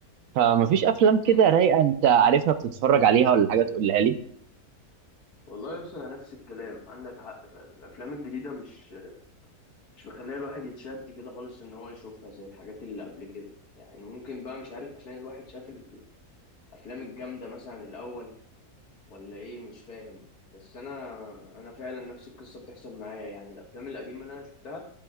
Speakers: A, on the right (about 65°); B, on the left (about 75°).
A: فمفيش افلام
B: مم.
A: كده رايقه انت عارفها بتتفرج عليها ولا حاجه تقولها لي
B: والله يا اسطى نفس الكلام عندك حق فعلا الافلام الجديده مش مش مخليه الواحد يتشد كده خالص ان هو يشوفها زي الحاجات اللي قبل كده يعني ممكن بقى مش عارف عشان الواحد شاف الافلام الجامده مثلا الاول ولا ايه مش فاهم بس انا انا فعلا نفس القصه بتحصل معايا يعني الافلام القديمه اللي انا شفتها